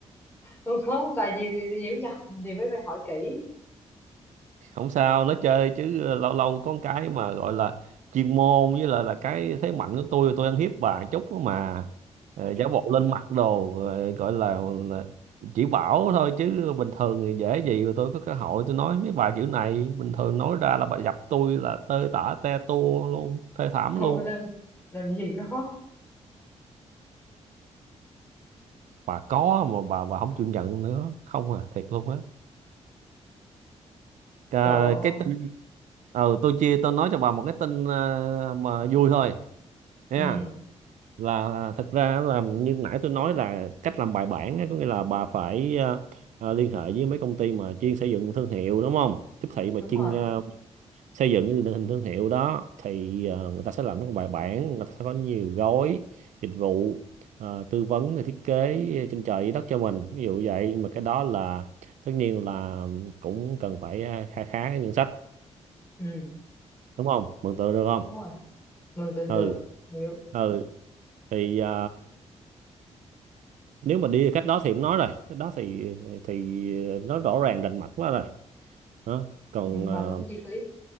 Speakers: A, on the left (about 15°); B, on the right (about 85°).
A: không có tại vì thì- hiểu nhầm thì mới phải hỏi kỹ
B: không sao nó chơi chứ ờ, lâu lâu có cái mà gọi là chuyên môn với là là cái thế mạnh của tôi tôi ăn hiếp bà chút đó mà Ờ, giả bộ lên mặt đồ ờ, gọi là, là chỉ bảo thôi chứ bình thường thì dễ gì mà tôi có cơ hội tôi nói mấy bà kiểu này bình thường nói ra là bà gặp tôi là tơi tả te tua luôn thê thảm
A: thôi
B: luôn
A: làm làm gì có
B: bà có mà bà bà không chịu nhận nữa không à thiệt luôn á Cà-
A: trời ơi.
B: cái tin ừ tôi chia tôi nói cho bà một cái tin ờ, mà vui thôi nha
A: ừ
B: là thật ra là như nãy tôi nói là cách làm bài bản á, có nghĩa là bà phải ờ, ờ, liên hệ với mấy công ty mà chuyên xây dựng thương hiệu đúng không tiếp thị mà
A: đúng
B: chuyên
A: rồi
B: ờ, xây dựng cái định hình thương hiệu đó thì ờ, người ta sẽ làm rất là bài bản người ta sẽ có nhiều gói dịch vụ ờ, tư vấn rồi thiết kế trên trời dưới đất cho mình ví dụ vậy Nhưng mà cái đó là tất nhiên là cũng cần phải ờ, kha khá cái ngân sách
A: ừ
B: đúng không mường tượng được không
A: đúng rồi mừng tượng
B: ừ
A: được hiểu
B: ừ thì à, nếu mà đi cách đó thì cũng nói rồi cách đó thì thì nó rõ ràng rành mạch quá rồi Đó. còn
A: Ừ, mà
B: ờ,
A: tốn chi phí